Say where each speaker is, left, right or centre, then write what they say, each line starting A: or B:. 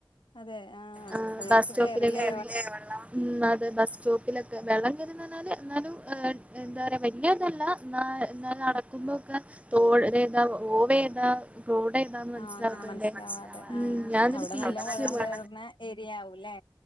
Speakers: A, on the left (about 70°); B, on the right (about 15°).
A: അതെ ആഹ്
B: ആ
A: അപ്പഴേക്ക്
B: ബസ്സ് സ്റ്റോപ്പിൽ
A: കേറില്ലേ
B: കേറി ലെ വെള്ളം ഉം അതേ ബസ് സ്റ്റോപ്പിലൊക്കെ വെള്ളം പറഞ്ഞാല് എന്നാലും എന്താ പറയാ വല്ല്യ ഇതല്ല. ന്നാ ന്നാ നടക്കുമ്പൊക്കെ
A: ആഹ്
B: തോട് ഏതാ ഓവേതാ റോഡേതാ ന്ത മനസ്സിലാവ്ന്നില്ലേ
A: ആഹ് അങ്ങനെ മനസ്സിലാവാതെ
B: മ്
A: ആഹ്
B: ഞാൻ
A: അവിടെ
B: ന്ന്ട്ട് തിരിച്ച്.
A: നല്ലോ വെള്ളം കേറുന്ന ഏരിയ ആവൂല്ലേ